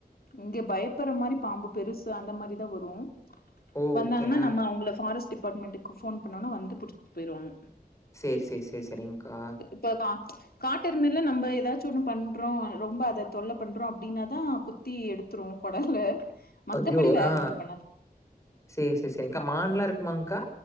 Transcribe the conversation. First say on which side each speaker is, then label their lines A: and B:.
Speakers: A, on the left; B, on the left.
A: இங்க பயப்புர்ற மாரி பாம்பு பெருசு அந்த மாரிதா வரு
B: ஓ!
A: வந்தாங்கனா
B: ஓகே. ஆ.
A: நம்ம அவங்கள ஃபாரஸ்ட் டிபார்ட்மெண்ட்டுக்கு ஃபோன் பண்ணோன்னா வந்து புடிச்சுட்டு போயிருவாங்க
B: சேர் சேர் சேர செரிங்க்கா
A: சேர்ப்பா காட்டெறும மேல நம்ம ஏதாச்சும் ஒண்ணு பண்றோம் ரொம்ப அத தொல்ல பண்றோம் அப்டின்னாதான் குத் தீ எடுத்துரும் கொடல்ல மத்தபடி
B: அய்யோ
A: வேற
B: ஆ
A: ஒண்ணு பண்ணாது
B: சேர் சேர் சேரிக்கா மான்லாம் இருக்குமாக்கா